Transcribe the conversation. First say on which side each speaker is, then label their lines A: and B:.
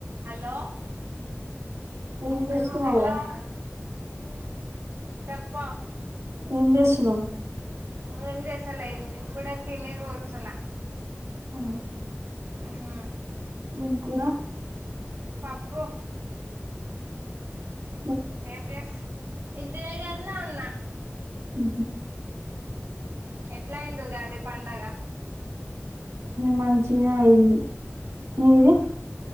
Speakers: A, on the right; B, on the right.
A: హలో
B: ఏం చేస్తున్నావురా
A: హలో చేప పహ్
B: ఎం చేస్తునావ్
A: ఏం చేస్తలే ఇప్పుడై తినీ కూర్చున్నా
B: ఆ
A: ఆ
B: ఏం కూర
A: పప్పు
B: ఆ
A: ఏం చెస్ ఇంటి దగ్గరని వున
B: ఉ
A: ఎట్లాయింది ఉగాది పండగ
B: మంచిగనే అయింది మీది
A: హ్మ్